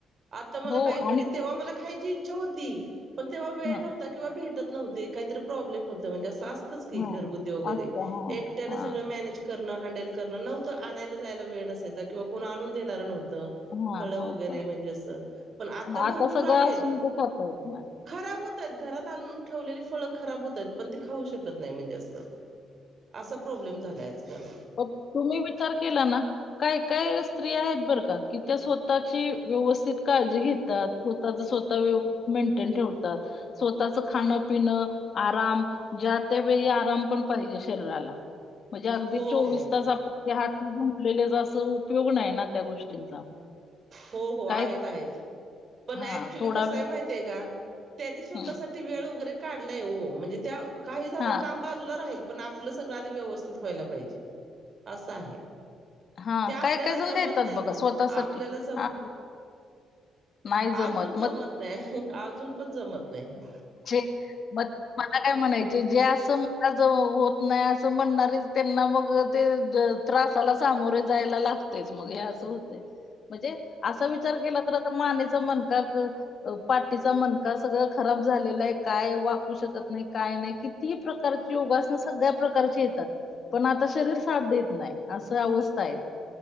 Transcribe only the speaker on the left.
हो
आणि
हां
हां
असतं हां
हां
हां
नव्हतं
आता सगळं
असून ते खाता येत नाही
प तुम्ही विचार केला ना? काही काही स्त्रीया आहेत बरं का त्या स्वतःची व्यवस्थित काळजी घेतात. स्वतःच स्वतः व्यवस्थित मेंटेन ठेवतात. स्वतःच खाणं पिणं, आराम. ज्या त्या वेळी आराम पण पाहिजे शरीराला म्हणजे अगदी
चोवीस
तास आपण ते हात जुंपलेले असा उपयोग नाही ना त्या गोष्टींचा.
काय
हा
थोडा
वेळ
हा
हा
काय काय
जण देतात
बघा
स्वतःसाठी
हा नाही
मग
छी पत्. मला काय म्हणायचे, जे असं मलाज होत नाही असं म्हणणारीच त्यांना मग ते ज त्रासाला सामोरे जायला लागतेयच, मग हे असं होतेय म्हणजे असा विचार केला तर त मानेच मणका क. अ पाठीचा मणका सगळं खराब झालेला आहे. काय वाकू शकत नाही काय नाही कि तीन प्रकारची योगासन, सगळ्या प्रकारची येतात. पण आता शरीर साथ देत नाही असं अवस्था आहे ते.